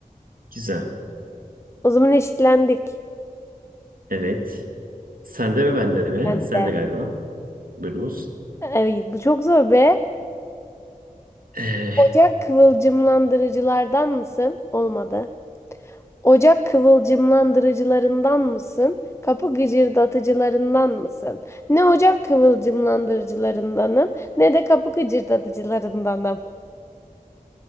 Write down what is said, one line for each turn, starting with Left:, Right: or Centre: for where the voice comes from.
Right: Güzel.
Left: O zaman eşitlendik.
Right: Evet. Sende mi bende mi?
Left: Ben
Right: Sende
Left: de.
Right: galiba. Buyurunuz.
Left: Ay, bu çok zor be.
Right: Ee,
Left: Ocak kıvılcımlandırıcılardan mısın? Olmadı. Ocak kıvılcımlandırıcılarından mısın? Kapı gıcırdatıcılarından mısın? Ne ocak kıvılcımlandırıcılarındanım, ne de kapı gıcırdatıcılarındanım.